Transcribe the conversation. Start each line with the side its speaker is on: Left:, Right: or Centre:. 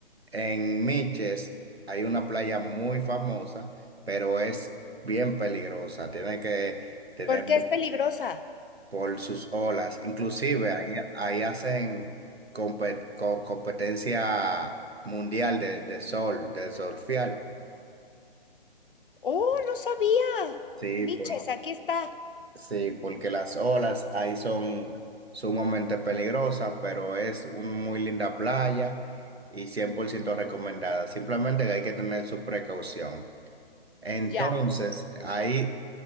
Right: En Miches hay una playa muy famosa, pero es bien peligrosa. Tiene que tener
Left: ¿Por qué
Right: mu-
Left: es peligrosa?
Right: por sus olas. Inclusive ahí, ahí hacen compet- co- competencia mundial de, de sol, de surfear.
Left: Oh, no sabía.
Right: Sí,
Left: Miches,
Right: por-
Left: aquí está.
Right: sí, porque las olas ahí son sumamente peligrosas, pero es una muy linda playa y 100% recomendada. Simplemente que hay que tener su precaución. Entonces,
Left: Ya,
Right: ahí